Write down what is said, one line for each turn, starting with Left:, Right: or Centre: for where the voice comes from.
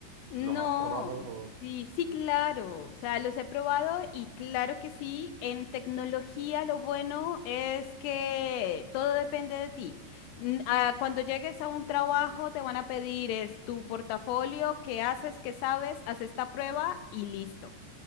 Left: No,
Right: ¿Los has probado?
Left: sí, sí, claro. O sea, los he probado y claro que sí, en tecnología lo bueno es que todo depende de ti. N- ah, Cuando llegues a un trabajo te van a pedir es tu portafolio, qué haces, qué sabes, haz esta prueba y listo.